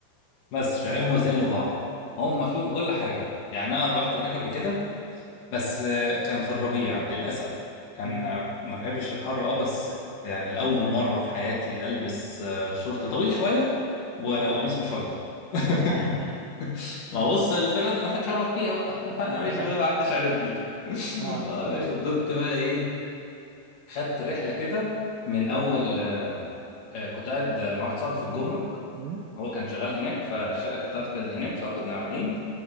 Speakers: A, on the left; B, on the right.
A: بس شارعين موازيين لبعض هم فيهم كل حاجة يعني أنا رحت هناك قبل كده بس آه، كان في الربيع للأسف كان
B: امم
A: آه، ما بحبش الحر اه بس يعني لأول مرة في حياتي ألبس آه، شورت طويل شوية وقميص
B: اسكندرية
A: مشجر <laughs>
B: ياه <laughs>
A: ما بص البلد اللي محدش عارفك فيها بقى <laughs> انا
B: عشان
A: ماشي بقى محدش عارفني <laughs>
B: اه
A: اه ماشي فضلت بقى ايه خدت رحله كده من اول آه آه، كنت قاعد مع واحد صاحبي في الجمرك
B: امم
A: هو كان شغال هناك فالشقه كانت بتاعته كانت هناك فكنا قاعدين